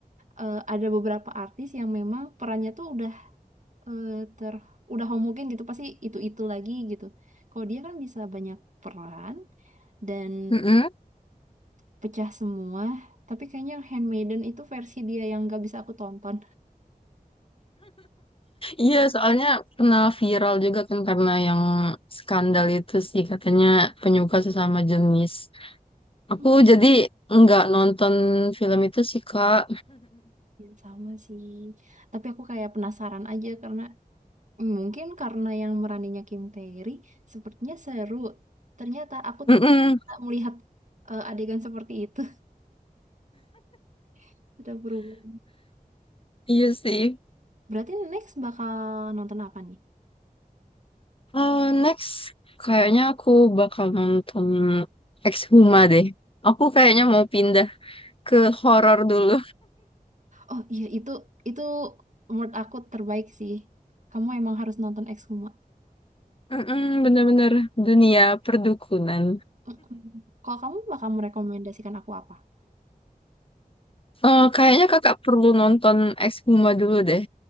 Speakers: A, on the right (about 55°); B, on the left (about 35°).
A: eh, ada beberapa artis yang memang perannya tuh udah eh, ter udah homogen gitu pasti itu-itu lagi gitu. Kalau dia kan bisa banyak peran dan
B: heeh.
A: pecah semua, tapi kayaknya Handmaiden itu versi dia yang gak bisa aku tonton.
B: Iya, soalnya pernah viral juga kan karena yang skandal itu sih katanya penyuka sesama jenis. Aku
A: Hmm,
B: jadi nggak nonton film itu sih, Kak.
A: Ya, sama sih. Tapi aku kayak penasaran aja karena Mungkin karena yang meraninya Kim Tae-ri sepertinya seru. Ternyata aku
B: Mm-mm,
A: tidak melihat eh, adegan seperti itu. <laughs> Sudah berubah.
B: iya sih.
A: Berarti next bakal nonton apa nih?
B: Eh, next, kayaknya aku bakal nonton Exhuma deh. Aku kayaknya mau pindah ke horor dulu.
A: Oh iya itu itu menurut aku terbaik sih. Kamu emang harus nonton Exhuma.
B: Mm-mm, bener-bener dunia perdukunan.
A: Mm-mm. Kalau kamu bakal merekomendasikan aku apa?
B: Eh, kayaknya kakak perlu nonton Ex Puma dulu deh.